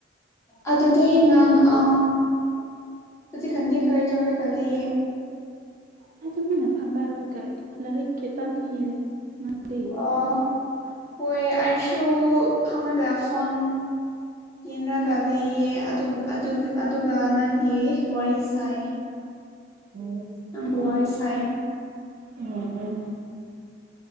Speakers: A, on the left; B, on the right.
A: ꯑꯗꯨꯗꯤ ꯅꯪ ꯑ ꯍꯧꯖꯤꯛꯀꯥꯟꯗꯤ ꯀꯔꯤ ꯇꯧꯔꯒꯥ ꯂꯩꯌꯦ
B: ꯑꯩ ꯇꯨꯃꯤꯟꯅ ꯐꯝꯕꯒ ꯂꯥꯏꯔꯤꯛ ꯈꯤꯇꯪ ꯏꯌꯦ ꯗꯤ
A: ꯑꯣ ꯍꯣꯏ ꯑꯩꯁꯨ ꯐꯝꯃꯒ ꯐꯣꯟ ꯌꯦꯡꯔꯒ ꯂꯩꯌꯦ ꯑꯗꯨ ꯑꯗꯨꯒ ꯑꯗꯨꯒ ꯅꯪꯒꯤ ꯋꯥꯔꯤ ꯁꯥꯏ
B: ꯑꯣ
A: ꯅꯪꯒ ꯋꯥꯔꯤ ꯁꯥꯏ
B: ꯎꯝ ꯎꯝ